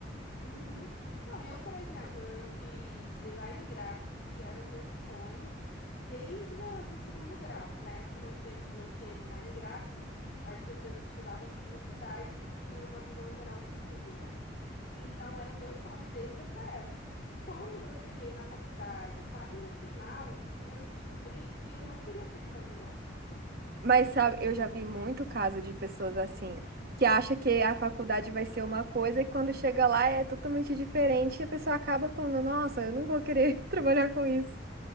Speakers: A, on the left; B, on the right.
A: Uhum. Não, eu, por exemplo, eu eu fiz design gráfico, que era o meu sonho desde o do segundo grau, que na época não tinha, não tinha design gráfico, as pessoas estudavam publicidade, que tinha uma visão geral de tudo, né? E então era o meu sonho desde essa época. Quando eu cheguei na faculdade, quase no final, eu descobri que eu não queria ser design gráfico.
B: Mas sabe, eu já vi muito caso de pessoas assim, que acha que a faculdade vai ser uma coisa e quando chega lá é totalmente diferente e a pessoa acaba falando, nossa, eu não vou querer <laughs> trabalhar com isso.